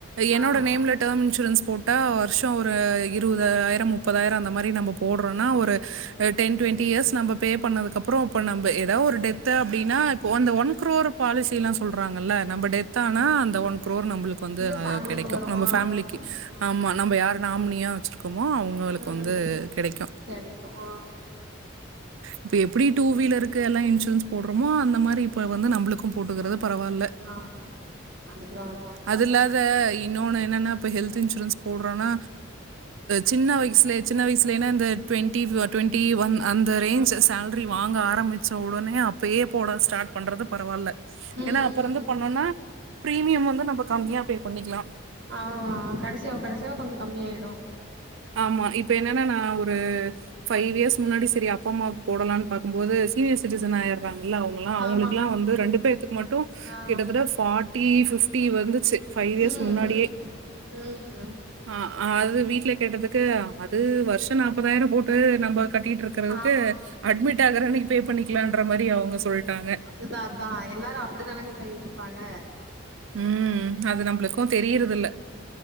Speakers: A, on the right (about 70°); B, on the right (about 55°).
A: என்னோட
B: ஆ
A: நேம்லட் டேம் இன்சூரன்ஸ் போட்டா வருஷம் ஒரு இருவதாயிரம் முப்தாயிரம் அந்த மாரி நம்ம போடுறோம்னா ஒரு டென் டுவெண்டி இயர்ஸ் நம்ம பே பண்ணதுகு அப்றோ இப்ப நம்ப ஏதோ ஒரு டெத் அப்டின்னா இப்ப ஒந்த ஒன் கோரோர் பாலிசியில்லா சொல்றாங்கல்ல நம்ம டெத் தனா
B: ம்
A: அந்த ஒன் கோரோர் நம்ளுக்கு வந்து
B: இந்த ஃபேமிலிக்கு
A: கிடைக்கும்
B: வரு
A: நம்ம
B: ஆ
A: ஃபேமிலிக்கு
B: ஆ
A: ஆமா நம்ம யாரு நாமினியா வெச்சிருக்கோமோ அவங் களுக்கு
B: ம்
A: வந்து கெடைக்கு
B: கெடைக்கு ஆ
A: இப்ப எப்டி டூ வீலருக்கு எல்லா இன்சூரன்ஸ் போடுறோமோ அந்த மாரி இப்ப வந்து நம்ளுக்கும் போட்டுக்கிறது பரவாயில்ல
B: ஆ அதுதா அதாங்க்கா
A: அது இல்லது இன்னொன்னு என்னன்ன இப்ப ஹெல்த் இன்சூரன்ஸ் போடுறோனா சின்ன வயசுல சின்ன வயசுலன இந்த டுவெண்டி ஒன் டுவெண்டி ஒன் அந்த ரேஞ்ச்
B: ம்
A: சேலரி வாங்க ஆரம்பிச்ச உடனே அப் அப்யே போட ஸ்டார்ட் பண்றது பரவாயில்ல
B: ம்
A: ஏனா அப்புருந்து
B: ம்.
A: பண்ணோன்னா பிரீமியம் வந்து நம்ம கம்மியா பே பண்ணிக்கலாம்
B: ஆ கடைசியாவ கடைசியாவ கொஞ்ச கம்மியயிடும்
A: ஆமா இப்ப என்னன்னா நான் ஒரு பைவ் இயெர்ஸ் முன்னாடி செரி அப்ப அம்மாவு போடலாம்னு பாக்கும் போது சீனியர் சிட்டசன் ஆய ராங்கல்ல அவங்களுக்குெல்லாம்
B: ஆமா
A: வந்து ரெண்டு பேத்துக்கு மட்டும்
B: ஆ
A: கிட்டத்தட்ட ஃப பிப்டி ஃப்ட்டி வந்துச்சு ஃபபைவ் இயர்ஸ்
B: ம்
A: முன்னாடியே
B: ம் ம்
A: ஆ அது வீட்ல கேட்டதுக்கு அது வருஷம் நாப்தாயிரம் போட்டு நம்ம கட்டிட்டு இர் இருக்குறதுக்கு
B: ஆ
A: அட்மிட் ஆகற அன்னைக்கு பே பண்ணிக்கலாம் மாரி அவங்க சொல்லிட்டாங்க
B: இதா அதான் எல்லாரும் அப்படித்தானேங்ககா யோசிப்பாங்க
A: ம் அது நம்மளுக்கும் தெரியறத இல்ல